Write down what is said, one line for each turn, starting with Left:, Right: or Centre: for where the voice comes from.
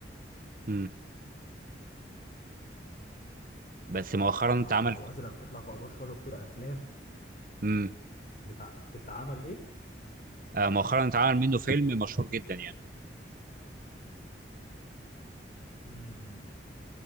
Right: امم بس مؤخرا
Left: مم،
Right: اتعمل
Left: احمر او ازرق بتطلع في ادوار شر وبتبقى افلام
Right: مم.
Left: بتتع... بتتعمل ايه
Right: آه، مؤخرا اتعمل منه فيلم مشهور جدا يعني
Left: مم.